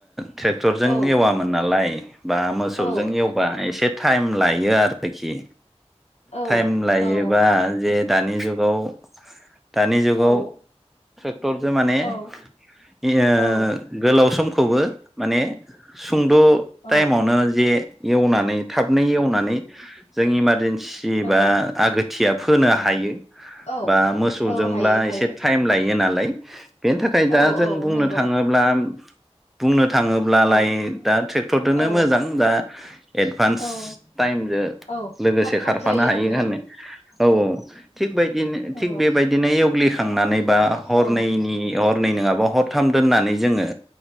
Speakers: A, in the centre; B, on the left.
A: ट्रेक्टरजों
B: औ
A: एवामोन नालाय बा मोसौजों
B: औ
A: एवबा एसे टाइम लायो आरोखि।
B: औ
A: टाइम लायोबा
B: औ
A: जे दानि जुगाव दानि गाव
B: औ
A: ट्रेक्टरजों माने
B: औ
A: इ ओ
B: औ
A: गोलाव समखौबो माने सुंद'
B: औ
A: टाइमावनो जे एवनानै थाबनो एवनानै जों इमारजेन्सि बा
B: औ
A: आगोथिया फोनो हायो।
B: औ
A: बा मोसौजोंब्ला
B: औ हायो हायो
A: एसे टाइम लायो नालाय। बेनि थाखाय द
B: औ
A: जों
B: औ
A: बुंनो
B: नंगौ
A: थाङोब्ला बुंनो थाङोब्लालाय
B: औ
A: दा ट्रेक्टरदो
B: औ
A: मोजां दा एडभान्स
B: औ
A: टाइमजों
B: औ
A: लोगोसे
B: थाब थाब
A: खारफानो
B: जायो
A: हायो
B: आरोना
A: होनो औ औ थिग बेदिनो थिग
B: औ
A: बेबायदिनो एवग्लि खांनानै बा हरनैनि
B: औ
A: हरनै नङाबा हरथाम दोननानै जोङो